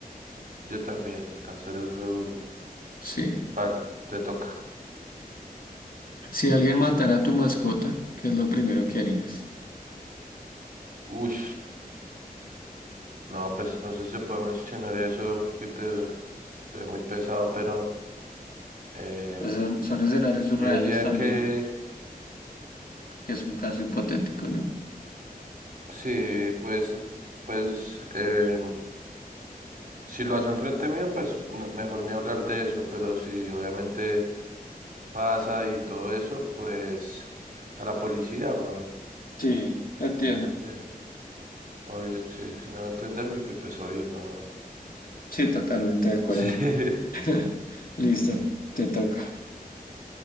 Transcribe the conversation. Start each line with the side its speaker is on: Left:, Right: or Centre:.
Right: Yo también, el cáncer es re duro.
Left: Sí.
Right: Vale, te toca.
Left: Si alguien matara a tu mascota, ¿qué es lo primero que harías?
Right: Uy, no, pues no sé si se puede mencionar eso, que te sea muy pesado, pero em,
Left: Pues son, son escenarios surreales
Right: yo diría
Left: también,
Right: que
Left: que es un caso hipotético, ¿no?
Right: sí, pues, pues, em, Si lo hace enfrente mío, pues no- mejor ni hablar de eso, pero si obviamente pasa y todo eso, pues a la policía, weón.
Left: Sí, entiendo.
Right: Sí, obvio, sí, sí me va a entender porque pues obvio no. no.
Left: Sí, totalmente de acuerdo.
Right: <laughs> Sí.
Left: <laughs> Listo, te toca.